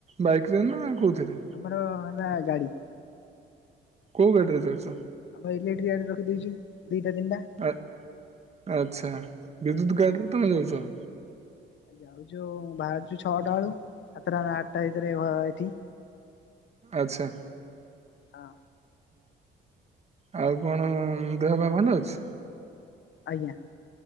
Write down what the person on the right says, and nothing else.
ବାଇକ୍ ରେ ନା କୋଉଥିରେ?
କୋଉ ଗାଡ଼ିରେ ଯାଉଛ?
ଆ ଆଚ୍ଛା ବିଦ୍ୟୁତ ଗାଡ଼ିରେ ତମେ ଯାଉଛ?
ଆଚ୍ଛା।
ଆଉ କଣ ଦେହ ପା ଭଲ ଅଛି?